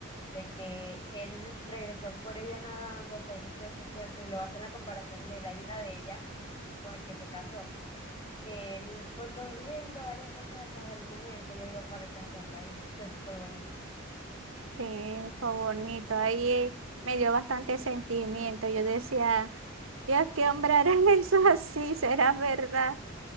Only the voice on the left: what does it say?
de que él regresó por ella nadando, se hizo todo ese esfuerzo y luego hacen la comparación de la hija de ella con el que se casó, que él fue corriendo varias veces atrás del bus en el que ella iba para alcanzarla, y fue súper bonito.